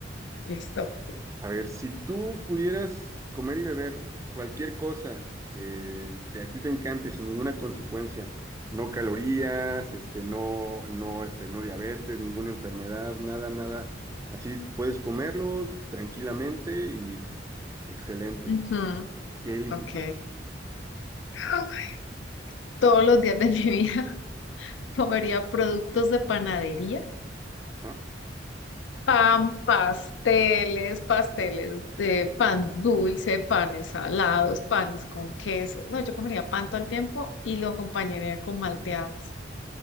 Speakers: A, on the left; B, on the right.
A: Listo.
B: A ver, si tú pudieras comer y beber cualquier cosa que te- a ti te encante sin ninguna consecuencia, no calorías, este, no, no, este, no diabetes, ninguna enfermedad, nada, nada, así puedes comerlo tranquilamente y excelente.
A: ujú,
B: ¿Qué eliges?
A: ok. <gasps> Todos los días de mi vida <laughs> comería productos de panadería.
B: Ajá,
A: Pan, pasteles, pasteles de pan dulce, panes salados, panes con queso. No, yo comería pan todo el tiempo y lo acompañaría con malteadas.